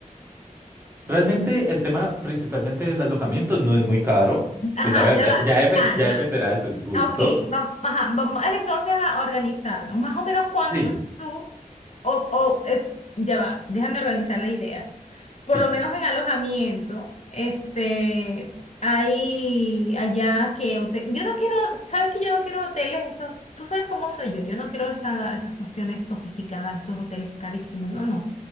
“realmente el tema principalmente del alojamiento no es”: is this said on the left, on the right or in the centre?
Right